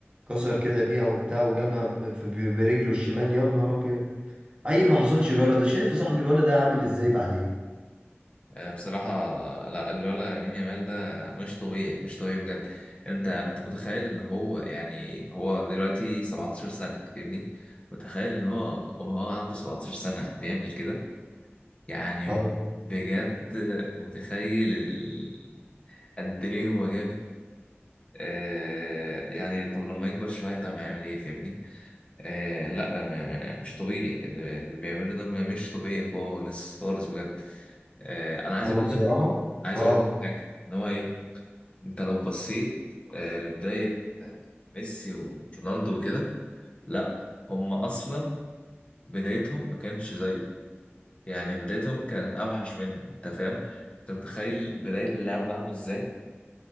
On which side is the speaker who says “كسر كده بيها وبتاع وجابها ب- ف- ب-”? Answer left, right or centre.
Right